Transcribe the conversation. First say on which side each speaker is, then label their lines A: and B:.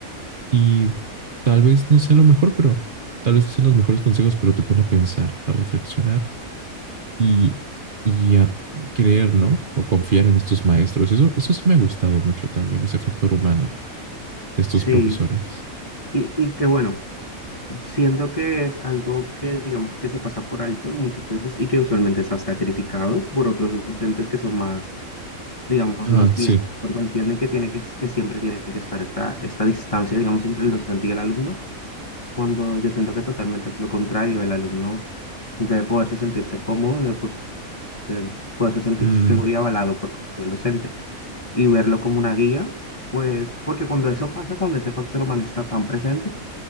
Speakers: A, on the right (about 40°); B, on the left (about 25°).
A: y tal vez no sea lo mejor, pero tal vez no sean los mejores consejos, pero te pone a pensar, a reflexionar y, y a creer, ¿no? O confiar en estos maestros. Eso, eso sí me ha gustado mucho también, ese factor humano de estos
B: Sí.
A: profesores.
B: Y, y que bueno, siento que es algo que digamos que se pasa por alto muchas veces y que usualmente es hasta criticado por otros docentes que son más digamos,
A: Ah,
B: más
A: sí.
B: viejos, porque entienden que, tiene que, que siempre tiene que estar esta, esta distancia, digamos, entre el docente y el alumno, cuando yo siento que totalmente es lo contrario, el alumno debe poderse sentirse cómodo, debe por- ser- poderse sentirse
A: Mm,
B: seguro y avalado por el docente y verlo como una guía, pues porque cuando eso pasa, cuando ese factor humano está tan presente,